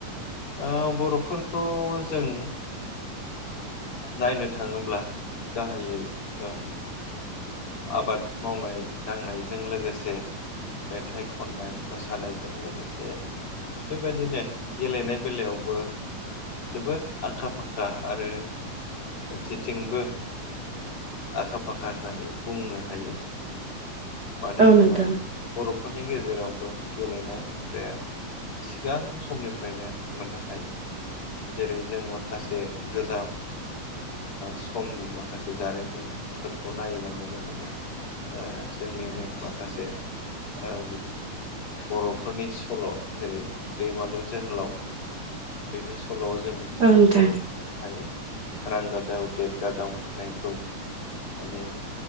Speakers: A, on the left; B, on the right.
A: ओ बर'फोरखौ जों नायनो थाङोब्ला गाहायैओ आबाद मावनाय दांनायजों लोगोसे मेथाइ खननाय मोसानायजों लोगोसे बेबायदिनो गेलेनाय बेलायावबो। जोबोद आखा फाखा आरो जेथिंबो आखा फाखा होननानै बुंनो हायो। मानो
B: औ
A: होनोबा
B: नोंथां
A: बर'फोरनि गेजेरावबो गेलेनाय हुदायाबो सिगां समनिफ्रायनो मोननो हायो आरो जेरै जों माखासे गोजाम। समनि माखासे जारिमिनफोरखौ नायोबा नुनो मोनो। जोंनिनो माखासे दाउ ओ बर'फोरनि सल' जेरै दैमालु जोहोलाव बेनि सल' जों
B: औ नोंथां।
A: फरायनो हायो रांगादाव देगादाव होननायखौ माने